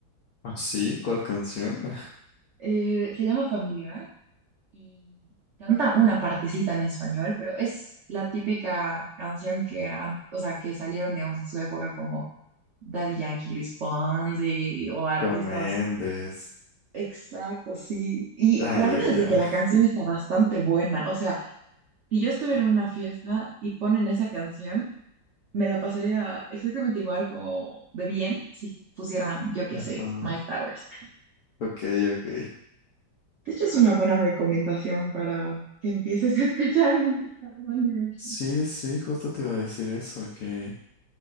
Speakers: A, on the left; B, on the right.
A: ¿Ah, sí? ¿Cuál canción? <laughs>
B: Eh, se llama Familiar y canta una partecita en español, pero es la típica canción que, han- o sea, que salieron, digamos, en su época como Daddy Yankee, Luis Fonsi o artistas.
A: Shawn Mendes.
B: Exacto, sí. Y
A: Ah,
B: la
A: ya,
B: verdad
A: ya.
B: es de que la canción está bastante buena. O sea, si yo estuviera en una fiesta y ponen esa canción, me la pasaría exactamente igual como de bien si pusieran, yo qué
A: Ajá,
B: sé, Mike Towers.
A: ok, ok.
B: De hecho, es una buena recomendación para que empieces a escuchar música de One Direction.
A: Sí, sí, justo te iba a decir eso, que